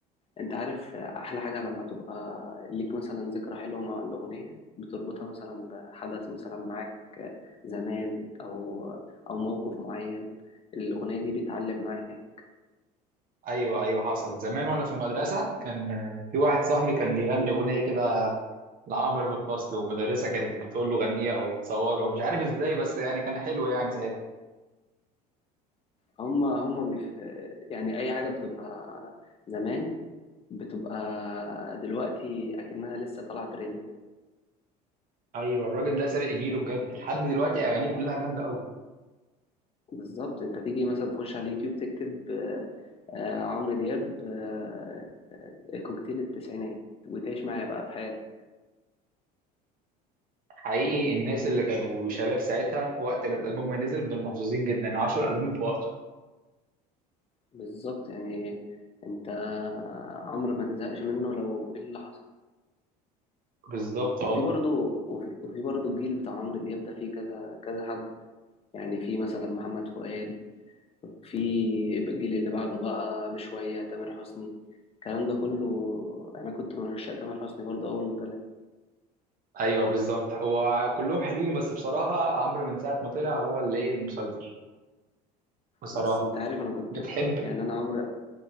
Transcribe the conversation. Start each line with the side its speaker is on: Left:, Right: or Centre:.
Left: انت عارف احلى حاجة لما تبقى ليك مثلا ذكرى حلوة مع الأغنية بتربطها مثلا بحدث مثلا معاك زمان او او موقف معين الأغنية دي بيتعلم معاك
Right: ايوه ايوه حصل زمان وانا في المدرسه كان آه، في واحد صاحبي كان بيغني اغنيه كده لعمرو في الفصل ومدرسه كانت بتقول له غنيها وتصوره مش عارف ازاي بس يعني كان حلو يعني ساعتها
Left: هما هما بيف... يعني اي حاجة بتبقى زمان بتبقى دلوقتي اكنها لسه طالعة ترند
Right: ايوه الراجل ده سابق جيله بجد لحد دلوقتي اغانيه كلها جامده قوي
Left: بالظبط انت تيجي مثلا تخش على اليوتيوب تكتب آه، آه، عمرو دياب آه، آه، كوكتيل التسعينات وتعيش معايا بقى في حياتك
Right: حقيقي الناس اللي كانوا شباب ساعتها وقت ما الالبوم ما نزل دول محظوظين جدا عاشوا الالبوم في وقته
Left: بالظبط يعني انت عمرو ما تزهقش منه لو ايه اللي حصل
Right: بالظبط
Left: وفي
Right: اه
Left: برضو وفي, وفي برضو الجيل بتاع عمرو دياب ده فيه كذا كذا حد يعني في مثلا محمد فؤاد في الجيل اللي بعده بقى بشوية تامر حسني الكلام ده كله انا كنت من عشاق تامر حسني برضو اول ما طلع
Right: ايوه بالظبط هو كلهم حلوين بس بصراحه عمرو من ساعه ما طلع هو اللي ايه المسيطر بصراحه
Left: بس انت عارف انا كنت
Right: بتحب
Left: يعني انا عمرو